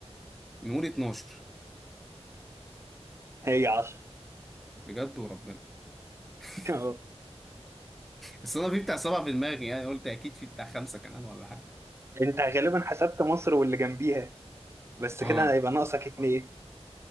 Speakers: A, in the centre; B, on the right.
A: نقول 12
B: هي 10 <laughs>
A: بجد وربنا <laughs>
B: أهو.
A: بس انا في بتاع سبعة في دماغي يعني قلت اكيد في بتاع خمسة كمان ولا حاجة
B: انت غالبا حسبت مصر واللي جنبيها بس
A: اه
B: كده هيبقى ناقصك اتنين